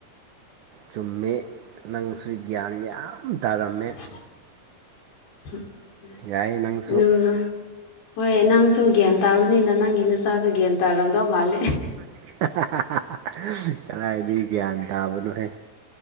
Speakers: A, on the right; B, on the left.
A: ꯆꯨꯝꯃꯦ ꯅꯪꯁꯨ ꯒ꯭ꯌꯥꯟ ꯌꯥꯝ ꯇꯥꯔꯝꯃꯦ
B: <unintelligible>
A: ꯌꯥꯏ ꯅꯪꯁꯨ
B: ꯍꯣꯏ ꯅꯪꯁꯨ ꯒ꯭ꯌꯥꯟ ꯇꯥꯕꯅꯤꯅ ꯅꯪꯒꯤ ꯅꯆꯥꯁꯨ ꯒ꯭ꯌꯥꯟ ꯇꯥꯔꯝꯗꯧ ꯃꯥꯂꯦ꯫
A: <unintelligible> ꯀꯗꯥꯏꯗꯒꯤ ꯒ꯭ꯌꯥꯟ ꯇꯥꯕꯅꯣꯍꯦ?